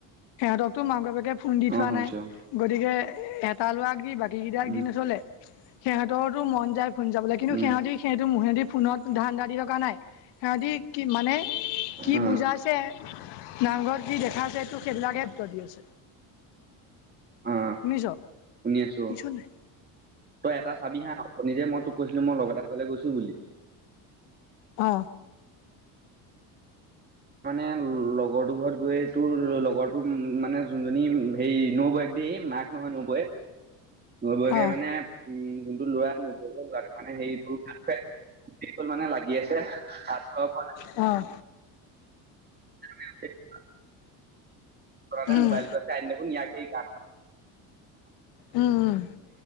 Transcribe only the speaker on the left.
সেহেঁতকতো মাক বাপেকে ফোন দি থোৱা
নাই। গতিকে এটা লৰাক দি বাকীকেইটাক
দি নচলে সিহঁতৰটো মন যায় ফোন যাবলৈ কিন্তু
সিহঁতি সিহতৰ সিহঁতি ফোনত ধান দা দি থকা নাই সিহঁতি কি মানে কি
বুজাইছে নামঘৰত কি দেখাই আছে এইটো সেইবিলাকহে উত্তৰ দি আছে
শুনিছ
শুনিছ নাই
অ
অ
অঁ
উম
উম উম